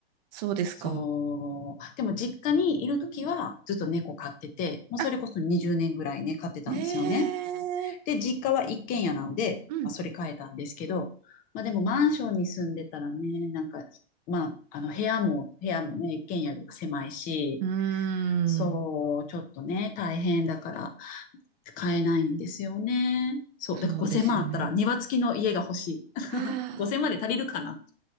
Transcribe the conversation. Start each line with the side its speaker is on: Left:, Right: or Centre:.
Right: そうですか。
Left: そう。でも実家にいるときはずっと猫飼ってて、
Right: うん
Left: もうそれこそ20年ぐらいね、
Right: あ、
Left: 飼ってたんですよね。
Right: ええ
Left: で、実家は一軒家なんで、
Right: うん。
Left: まあ、それ変えたんですけど、まあでもマンションに住んでたらね、なんか、まあ、あの部屋も、部屋もね、一軒家よりは狭いし、
Right: うーん。
Left: そう、ちょっとね、大変だから買えないんですよね。そう、
Right: そうですよね。
Left: だから5千万あったら庭付きの家が欲しい。<laughs>
Right: はあ、
Left: 5千0万で足りるかな